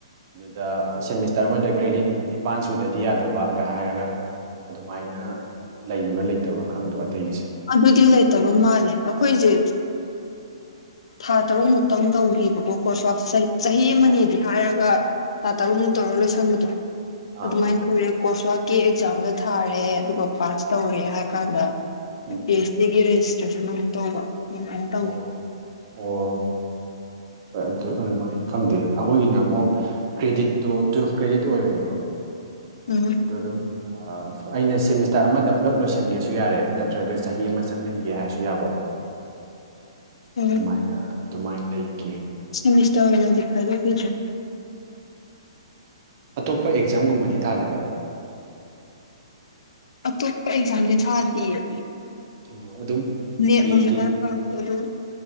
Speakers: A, on the right (about 35°); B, on the left (about 75°).
A: ꯑꯗꯨꯗ ꯁꯦꯃꯤꯁꯇꯔ ꯑꯃꯗ ꯀ꯭ꯔꯦꯗꯤꯠ ꯅꯤꯄꯥꯥꯟ ꯁꯨꯗꯗꯤ ꯌꯥꯗꯕꯒ ꯍꯥꯏꯔꯒ ꯑꯗꯨꯃꯥꯏꯅ ꯂꯩꯕ꯭ꯔ ꯂꯩꯇꯕ꯭ꯔ ꯈꯪꯗꯕ ꯑꯇꯩꯒꯤꯁꯦ
B: ꯑꯗꯨꯗꯤ ꯂꯩꯇꯕ ꯃꯥꯜꯂꯦ ꯑꯩꯈꯣꯏꯖꯦ ꯊꯥ ꯇꯔꯨꯛ ꯃꯨꯛꯇꯪ ꯇꯧꯒꯤꯕꯀꯣ ꯀ꯭ꯔꯣꯁ ꯋꯥꯛꯁꯦ ꯆꯍꯤ ꯑꯃꯅꯦꯗꯤ
A: ꯑꯥ
B: ꯍꯥꯏꯔꯒ ꯊꯥ ꯇꯔꯨꯛꯃꯨꯛ
A: ꯑꯥ
B: ꯇꯧꯔꯒ ꯂꯣꯏꯁꯤꯟꯕꯗꯣ
A: ꯑꯥ
B: ꯑꯗꯨꯃꯥꯏꯅ ꯇꯧꯋꯦ ꯀ꯭ꯔꯣꯁ ꯋꯥꯔꯛꯀꯤ ꯑꯦꯛꯖꯥꯝꯗꯣ ꯊꯥꯔꯦ ꯑꯗꯨꯒ ꯄꯥꯁ ꯇꯧꯔꯦ ꯍꯥꯏ ꯀꯥꯟꯗ
A: ꯎꯝ
B: ꯄꯤ ꯑꯩꯆ ꯗꯤꯒꯤ ꯔꯦꯖꯤꯁꯇ꯭ꯔꯦꯁꯟ ꯑꯃ ꯇꯧꯕ ꯑꯗꯨꯃꯥꯏꯅ ꯇꯧ
A: ꯑꯣ ꯑꯣ ꯍꯣꯏ ꯑꯗꯨ ꯑꯗꯨꯃꯥꯏꯅ ꯈꯪꯗꯦ ꯑꯩꯈꯣꯏꯒꯤꯅ ꯑꯃꯨꯛ ꯀ꯭ꯔꯦꯗꯤꯠꯇꯣ ꯇꯨꯋꯦꯜꯐ ꯀ꯭ꯔꯦꯗꯤꯠ ꯑꯣꯏꯕꯅꯦꯕ
B: ꯎꯝ
A: ꯑꯗꯨ ꯑꯗꯨꯝ ꯑꯩꯅ ꯁꯦꯃꯤꯁꯇꯔ ꯑꯃꯗ ꯄꯨꯂꯞ ꯂꯣꯏꯁꯤꯟꯒꯦꯁꯨ ꯌꯥꯔꯦ ꯅꯠꯇ꯭ꯔꯒ ꯆꯍꯤ ꯑꯃ ꯆꯪꯍꯟ ꯒꯦ ꯍꯥꯏꯔꯁꯨ ꯌꯥꯕ
B: ꯎꯝ
A: ꯑꯗꯨꯃꯥꯏꯅ ꯑꯗꯨꯃꯥꯏꯅ ꯂꯩꯒꯦ
B: ꯁꯦꯃꯤꯁꯇꯔ ꯑꯣꯏꯅꯗꯤ ꯈꯥꯏꯗꯣꯛ ꯈꯤꯗ꯭ꯔꯦ
A: ꯑꯇꯣꯞꯄ ꯑꯦꯛꯖꯥꯝꯒꯨꯝꯕꯗꯤ ꯊꯥꯗꯕ꯭ꯔꯥ
B: ꯑꯇꯣꯞꯄ ꯑꯦꯛꯖꯥꯝꯗꯤ ꯊꯥꯗꯤꯌꯦ
A: ꯑꯣ ꯑꯗꯨꯝ
B: ꯅꯦꯠ
A: ꯄꯤ
B: ꯅꯨꯡ
A: ꯑꯩꯆ
B: ꯈꯔ
A: ꯗꯤ
B: ꯇꯧꯔꯦ ꯑꯗꯨ